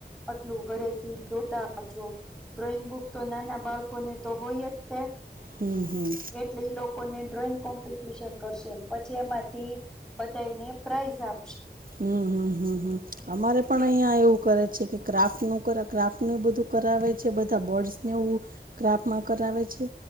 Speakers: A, in the centre; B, on the right (about 55°).
A: આટલું ઘરેથી ધોતાજો ડ્રોઈંગ બુક તો નાના બાળકોને તો હોય જ તે
B: હમ્મ હમ્મ
A: એટલે ઈ લોકોને ડ્રોઈંગ કોમ્પિટિશન કરશે પછી એમાંથી બધાને પ્રાઇઝ આ
B: હમ હમ હમમ અમારે પણ અહિયાં એવું કરે છે કે ક્રાફ્ટ નું કર ક્રાફ્ટનું બધું કરાવે છે બધા બર્ડ્સને એવું ક્રાફ્ટમાં કરાવે છે